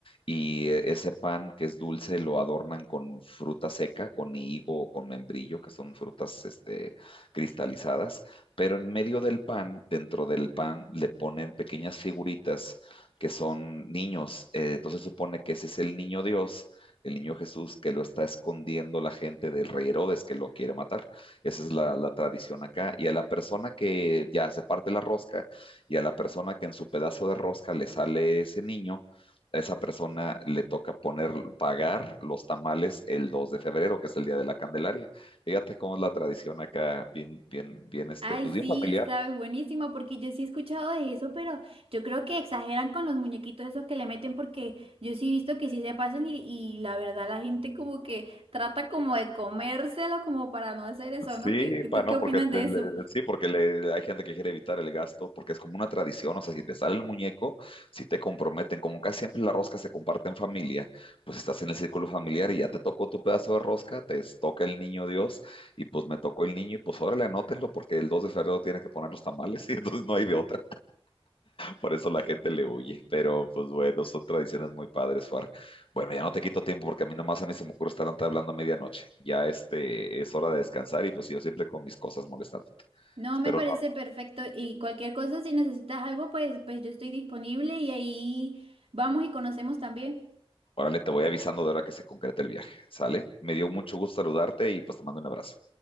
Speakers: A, on the left (about 60°); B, on the right (about 70°).
A: y eh, ese pan que es dulce lo adornan con fruta seca, con higo, con membrillo, que son frutas, este, cristalizadas pero en medio del pan, dentro del pan, le ponen pequeñas figuritas que son niños. Eh, entonces supone que ese es el niño Dios, el niño Jesús, que lo está escondiendo la gente del rey Herodes, que lo quiere matar. Esa es la, la tradición acá. Y a la persona que ya se parte la rosca, y a la persona que en su pedazo de rosca le sale ese niño, a esa persona le toca poner, pagar los tamales el 2 de febrero, que es el día de la Candelaria. Fíjate cómo es la tradición acá, bien, bien, bien, este,
B: Ay,
A: pues bien
B: sí,
A: familiar.
B: sabes, buenísimo, porque yo sí he escuchado de eso, pero yo creo que exageran con los muñequitos esos que le meten, porque yo sí he visto que sí se pasan y, y la verdad la gente como que trata como de comérselo como para no hacer eso, ¿no?
A: Sí,
B: ¿Qué, qué- tú
A: pa, no,
B: qué opinas
A: porque te-
B: de
A: le-
B: eso?
A: sí, porque le- hay gente que quiere evitar el gasto, porque es como una tradición, o sea, si te sale el muñeco, si te comprometen, como casi siempre la rosca se comparte en familia, pues estás en el círculo familiar y ya te tocó tu pedazo de rosca, te toca el niño Dios, y pues me tocó el niño, y pues órale, anótenlo, porque el 2 de febrero tiene que poner los tamales, <laughs> y entonces no hay de otra. Por eso la gente le huye, pero pues bueno, son tradiciones muy padres, Suar. Bueno, ya no te quito tiempo porque a mí nomás a mí se me ocurre estar hablando a medianoche. Ya este es hora de descansar y pues yo siempre con mis cosas molestándote.
B: No,
A: Espero
B: me parece
A: no.
B: perfecto y cualquier cosa, si necesitas algo, pues, pues yo estoy disponible y ahí vamos y conocemos también.
A: Órale, te voy avisando de hora que se concrete el viaje, ¿sale? Me dio mucho gusto saludarte y pues te mando un abrazo.